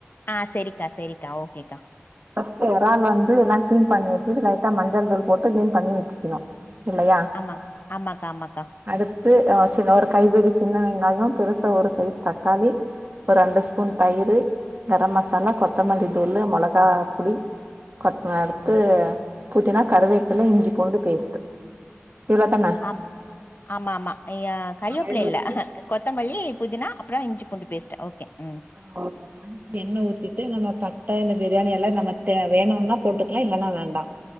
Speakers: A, on the left; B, on the right.
A: ஆ செரிக்கா செரிக்கா ஓகேக்கா
B: ஃபஸ்ட்டு எறால் வந்து எல்லா கிளீன் பண்ணி வெச்சுட்டு லைட்டா மஞ்சள் தூள் போட்டு கிளீன் பண்ணி வெச்சுக்கணு இல்லையா
A: ஆமா ஆமாக்கா ஆமாக்கா
B: அடுத்து அ சின்ன ஒரு கைபிடி சின்ன வெங்காயொ பெருசா ஒரு சைஸ் தக்காளி ஒரு ரெண்டு ஸ்பூன் தயிரு கரம் மசாலா கொத்தமல்லி தூளு மிளகா புடி கொத்த அடுத்து பூதினா கருவேப்பில்லா இஞ்சி பூண்டு பேஸ்ட்டு இவ்ளோ தானா
A: அம் ஆமா ஆமா கறிவேப்ல
B: ஆயில் ஊத்தி
A: இல்ல கொத்தமல்லி புதினா அப்றோ இஞ்சி பூண்டு பேஸ்ட் ஓகே ம்
B: <unintelligible> எண்ண ஊத்திட்டு நம்ம பட்ட இந்த பிரியாணி எல நம்ம தே வேணுனா போட்டுக்லா இல்லன்னா வேண்டா